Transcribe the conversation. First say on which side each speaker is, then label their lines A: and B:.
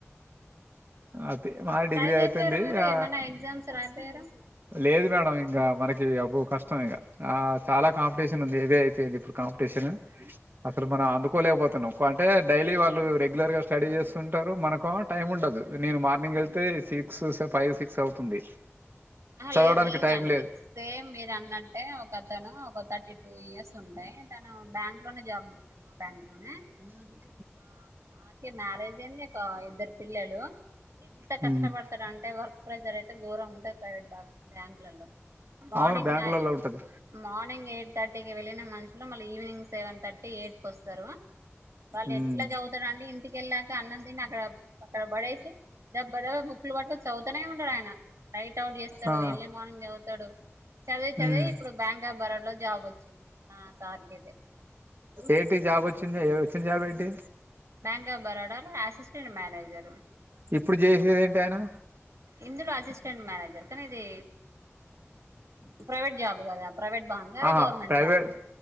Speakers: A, on the right; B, on the right.
A: అది మా
B: ట్రై
A: డిగ్రీ
B: జేపియ్యారు
A: అయిపోయింది
B: మరి
A: ఆ
B: ఏమైనా ఎగ్జామ్స్ రాపియ్యారు.
A: లేదు మేడం ఇంకా మనకి అబ్బో కష్టం ఇగా, ఆ చాలా కాంపిటీషన్ ఉంది. ఇదే అయిపోయింది ఇప్పుడు కాం. టేషన్ అసలు మనం అందుకోలేకపోతున్నాం. ఎక్కువ అంటే డైలీ వాళ్ళు రెగ్యులర్గా స్టడీ చేస్తుంటారు. మనకో టైం ఉండదు, నేను మార్నింగ్ వెళ్తే సిక్స్, ఫైవ్, సిక్స్ అవుతుంది.
B: ఆహా
A: చదవడానికి
B: లేదు లేదండి,
A: టైం లేదు
B: సేమ్ మీర్ అన్నట్టే ఒక అతను ఒక థర్టీ టూ ఇయర్స్. ఉంటాయి. తను బ్యాంక్ లోనే జాబ్ చేస్తారు, మా బ్యాంక్ లోనే.
A: ఉహుమ్.
B: ఆ స అంటే మ్యారేజ్ అయింది. ఒక ఇద్దరు పిల్లలు. ఎంత
A: ఉమ్
B: కష్టపడతాడంటే వర్క్ ప్రెజర్ అయితే గోరం ఉంటది ప్రైవేట్ బ బ్యాంకులల్లో. మార్నింగ్
A: అవును బ్యాంకులలో
B: నైన్,
A: ఉంటది
B: మార్నింగ్ ఎయిట్. థర్టీకి వెళ్ళిన మనుషులు, మళ్ళీ ఈవినింగ్ సెవెన్ థర్టీ, ఎయిట్ కి వస్తారు. వాళ్ళు
A: ఉమ్
B: ఎట్లా చదువుతారండి, ఇంటికెళ్ళాక అన్నం తిని అక్కడ ప. ఇక్కడ పడేసి, దబ్బ దబ్బ బుక్కులు పట్టుకొని చదువుతానే ఉంటాడు ఆయన నై. టావుట్ చేస్తాడు,
A: ఆ
B: ఎర్లీ మార్నింగ్ చదువుతాడు. చదివి చదివి,
A: ఉమ్
B: ఇప్పుడు బ్యాంక్ ఆఫ్ బరోడ్ లో జాబ్ ఓచ్చింది. ఆ సార్ కైతే.
A: ఏంటి జాబ్ ఓచ్చింది, ఏ ఓచ్చినా జాబ్ ఏంటి.
B: బ్యాంక్ ఆఫ్ బరోడా లో, అసిస్టెంట్ మేనేజరు.
A: ఇప్పుడు చేసేది ఏంటి ఆయనా.
B: ఇందులో అసిస్టెంట్ మేనేజర్, కానీ ఇది ఆ ప్రైవేట్ జాబ్ కదా. ప్రైవేట్ బాంక్, అదే
A: ఆహా
B: government
A: private
B: bank.